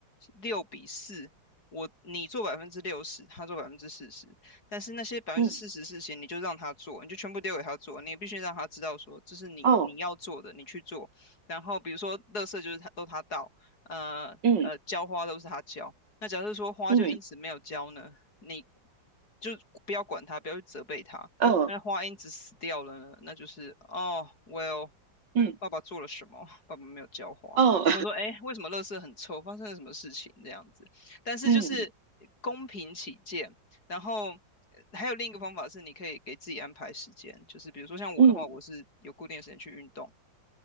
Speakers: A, on the left; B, on the right.
A: 六比四，我你做百分之六十，他做百分之四十。但是那些百分之四十事情，
B: 嗯，
A: 你就让他做，你就全部丢给他做，你也必须让他知道说这是你你要做的，
B: 哦，
A: 你去做。然后比如说，垃圾就是他都他倒，呃呃，
B: 嗯，
A: 浇花都是他浇。那假设说花就因此没有浇呢，
B: 嗯，
A: 你就不要管他，不要去责备他。
B: 哦，
A: 那花因此死掉了呢，那就是哦，well，
B: 嗯，
A: 爸爸做了什么？爸爸没有浇花。
B: 哦，
A: 者说，哎，为什么垃圾很臭？发生了什么事情？这样子。但是就是公平起见，
B: 嗯，
A: 然后呃还有另一个方法是，你可以给自己安排时间，就是比如说像我的话，
B: 嗯，
A: 我是有固定的时间去运动，